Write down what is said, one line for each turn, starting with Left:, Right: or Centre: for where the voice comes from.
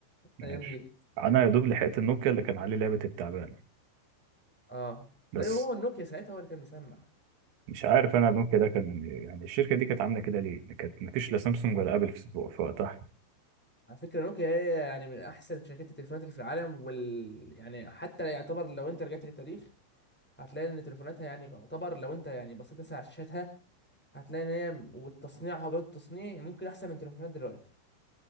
Right: ماشي
Centre: الأيام دي
Right: انا يا دوب لحقت النوكيا اللي كان عليه لعبه التعبان
Centre: أه
Right: بس
Centre: أيوه هو النوكيا ساعتها هو اللي كان مسمع
Right: مش عارف انا النوكيا ده كان يعني الشركه دي كانت عامله كده ليه كانت مفيش لا سامسونج ولا ابل في في وقتها
Centre: على فكرة نوكيا هي يعني من أحسن شركات التليفونات اللي في العالم وال يعني حتى يعتبر لو أنت رجعت للتاريخ هتلاقي إن تليفوناتها يعني يعتبر لو أنت يعني بصيت مثلا على شاشاتها هتلاقي ان هي والتصنيع وجوده التصنيع ممكن احسن من تليفونات دلوقتي